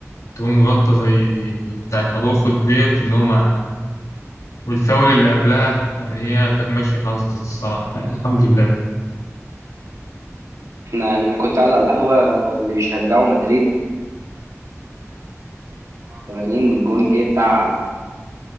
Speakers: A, on the left; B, on the right.
A: تقوم غلطه زي بتاعت اروخو ديت ان هما والفاول اللي قبلها يعني هي كانت ماشيه حظ الصراحه يعني الحمد لله
B: احنا يعني أنا كنت قاعد على القهوة اللي بيشجعوا مدريد 80 جون جه بتاع